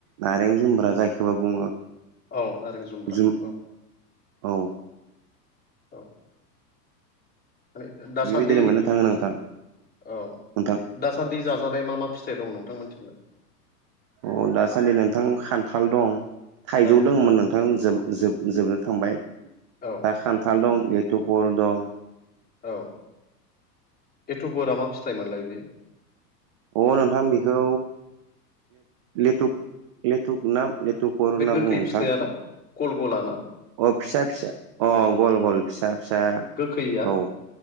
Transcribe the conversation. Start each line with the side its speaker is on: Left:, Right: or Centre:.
Right: नारें जुम्ब्रा जायखौबो बुङो
Left: औ नारें जुमब्रा
Right: जुम
Left: औ
Right: औ
Left: औ माने दासान्दि
Right: बेबायदिनो मोननो थाङो नोंथां
Left: औ
Right: नोंथां
Left: दासान्दि जाजानाय मा मा फिथाइ दं नोंथांमोनथिलाय
Right: अ दासान्दि नोंथां खान्थाल दं थाइजौ
Left: ओं
Right: दङमोन नोंथां जोब जोब जोबनो थांबाय
Left: औ
Right: दा खान्थाल दं लेथु गर दं
Left: औ एथ' बोर मा फिथाइमोनलाय बियो
Right: अ नोंथां बेखौ लेथु लेथुक नाम लेथुक होनना
Left: बे गोखै
Right: बुङो नोंथां
Left: फिथाइ ना गल गल ना
Right: अ फिसा फिसा अ गल गल फिसा फिसा
Left: गोखैया
Right: औ